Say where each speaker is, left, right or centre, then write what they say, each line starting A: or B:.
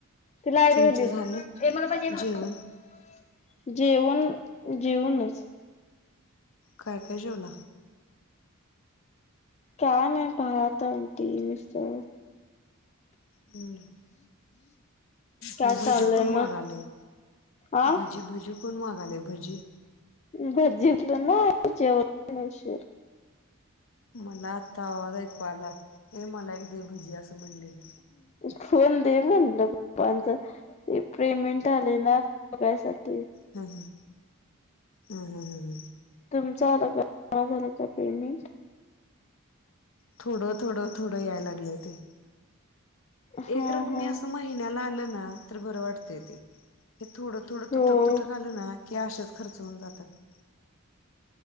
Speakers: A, on the left; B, on the left.
A: ते
B: तुमचं झालं
A: मला पाहिजे ह
B: जेवण
A: जेवन जेउनच च
B: काय काय जेवला
A: का नाही भात आमटी उसळ
B: हम्म
A: का
B: मग भजी
A: चालय
B: कोण मागालय
A: मग आ
B: भजी भजी कोण मागालाय भजी
A: भजी तर नाय जेवलो आम्ही उशीर
B: मला आत्ता आवाज ऐकू आला ए मला एक देभजी असं म्हणलेलं
A: फोन दे म्हणलं पप्पांच ते पेमेंट आलय ना बघायसाठी
B: हम् हम हम् हम हम् हम
A: तुमच आलं का झालं का पेमेंट
B: थोडं थोडं थोडं याय लागलं ते
A: हा
B: एक रकम
A: हा
B: असं महिन्याला आलं ना तर बरं वाटतय ते हे थोडं थोडं
A: होय
B: तुटक तुटक आल ना की अशेच खर्च होऊन जातात